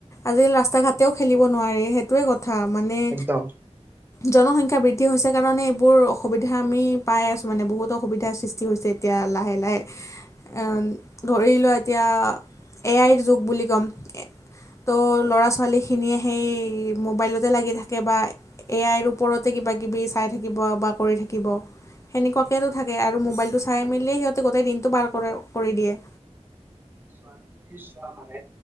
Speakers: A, on the left; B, on the right.
A: আজিকালি ৰাস্তা ঘাটেও খেলিব নোৱাৰি সেইটোৱে কথা মানে
B: একদম
A: জনসংখ্যা বৃদ্ধি হৈছে কাৰণে এইবোৰ অসুবিধা আমি পাই আছো মানে বহুতো অসুবিধাৰ সৃষ্টি হৈছে। এতিয়া লাহে লাহে অ ধৰি লোৱা এতিয়া এ আইৰ যুগ বুলি ক'ম- তো ল'ৰা ছোৱালীখিনিয়ে সেই মোবাইলতে লাগি থাকে বা এ আইৰ ওপৰতে কিবা কিবি চাই থাকিব বা কৰি থাকিব সেনেকোৱাকেতো-
B: উম।
A: থাকে আৰু মোবাইলটো চাই মেলিয়ে সিহঁতে গোটেই দিনটো পাৰ কৰে কৰি দিয়ে।
B: চোৱা তুমি চোৱা মানে